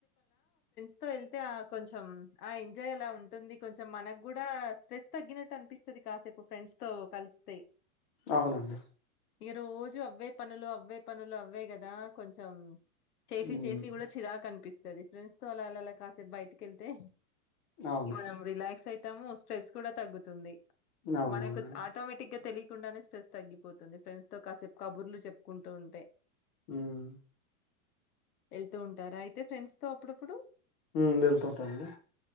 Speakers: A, on the left; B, on the left.
A: టెంతే ఆ కొంచెం ఆ ఎంజాయ్ అలా ఉంటుంది కొంచెం మనకుగూడా స్ట్రెస్ తగ్గినట్టనిపిస్తది కాసేపు ఫ్రెండ్స్ తో కలుస్తే
B: అవునండి
A: ఇగ రోజు అవ్వే పనులు అవ్వే పనులు అవ్వే గదా కొంచెం చేసి
B: ఉమ్
A: చేసి చిగూడా చిరాకనిపిస్తది ఫ్రెండ్స్ తో అలాలలా కాసేపు బయటికెళ్తే
B: అవును
A: మనం రిలాక్స్ అయితాము స్ట్రెస్ కూడా తగ్గుతుంది
B: అవునవును
A: మనకు ఆటోమేటిక్ గా తెలీ కుండానే స్ట్రెస్ తగ్గిపోతుంది ఫ్రెండ్స్ తో కాసేపు కబుర్లు చెప్పుకుంటూ ఉంటే
B: మ్మ్
A: ఎళ్తూ ఉంటారా అయితే ఫ్రెండ్స్ తో అప్పుడప్పుడు
B: మ్ వెళ్తుంటా అండి